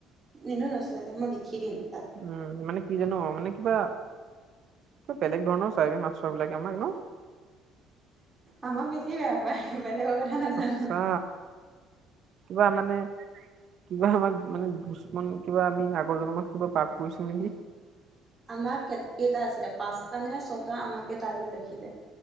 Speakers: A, on the right (about 15°); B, on the right (about 45°).
A: এনে নচ মই দেখি দিম তাক।
B: উম মানে কি জানো মানে কিবা কিব বেলেগ ধৰণৰ চাইভিন মাষ্টৰ বিলাকে আমাক ন।
A: আমাক বেছি বেয়া পায়, বেলেগৰ কথা নাজানোঁ।
B: সঁচা কিবা মানে কিবা আমাক মানে বস্ত। কিমান কিবা আমি আগৰ জন্মত কিবা পাপ কৰিছো নেকি?
A: আমাক কেই-কেইটা আছিলে! পাঁচটা নে ছটা। আমাকে টাৰ্গেট ৰাখিলে।